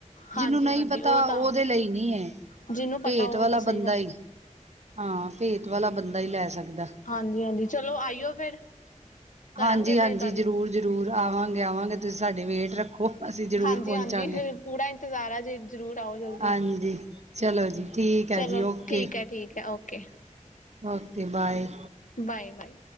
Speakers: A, on the right (about 60°); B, on the left (about 85°).
A: ਜਿਹਨੂੰ
B: ਹਾਂਜੀ
A: ਨਹੀਂ
B: ਹਾਂਜੀ
A: ਪਤਾ
B: ਉਹ ਤਾਂ
A: ਉਹਦੇ ਲਈ ਨਹੀਂ ਹੈ,
B: ਜਿਹਨੂੰ ਪਤਾ
A: ਭੇਤ
B: ਉਹ
A: ਵਾਲਾ
B: ਤਾਂ ਸਹੀ
A: ਬੰਦਾ-
B: ਗੱਲ ਹੈ
A: ਹਾਂ ਭੇਤ ਵਾਲਾ ਬੰਦਾ ਹੀ ਲੈ ਸਕਦਾ।
B: ਹਾਂਜੀ ਹਾਂਜੀ ਚਲੋ ਆਈਓ ਫਿਰ। ਕਰਾਂਗੇ
A: ਹਾਂਜੀ
B: ਫਿਰ
A: ਹਾਂਜੀ
B: ਗੱਲ
A: ਜ਼ਰੂਰ ਜ਼ਰੂਰ ਆਵਾਂਗੇ ਆਵਾਂਗੇ ਤੁਸੀਂ ਸਾਡੇ ਵੇਟ ਰੱਖੋ ਅਸੀਂ ਜ਼ਰੂਰ
B: ਹਾਂਜੀ
A: ਪਹੁੰਚਾਂਗੇ।
B: ਹਾਂਜੀ ਪੂਰਾ ਇੰਤਜ਼ਾਰ ਆ ਜੇ ਜ਼ਰੂਰ ਆਓ ਜਲਦੀ।
A: ਹਾਂਜੀ ਚਲੋ ਜੀ ਠੀਕ
B: ਚਲੋ
A: ਹੈ ਜੀ ਓਕੇ
B: ਠੀਕ ਹੈ ਠੀਕ ਹੈ ਓਕੇ
A: ਓਕੇ ਬਾਏ।
B: ਬਾਏ-ਬਾਏ।